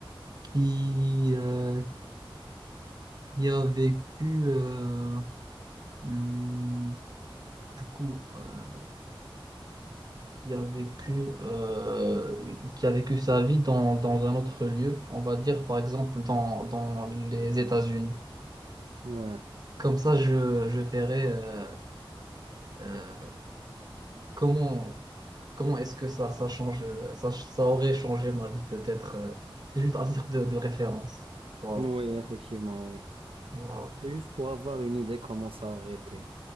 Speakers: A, on the right; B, on the right.
A: qui, euh, qui a vécu, euh, hmm, du coup, euh, qui a vécu, euh, qui a vécu sa vie dans, dans un autre lieu, on va dire par exemple dans, dans les États-Unis.
B: ouais.
A: Comme ça, je, je verrai euh, euh, comment, comment est-ce que ça, ça change, euh, ça, ça aurait changé ma vie peut-être. euh. c'est juste à titre de, de référence. Voilà,
B: Oui, effectivement, oui.
A: voilà,
B: C'est juste pour avoir une idée comment ça aurait été.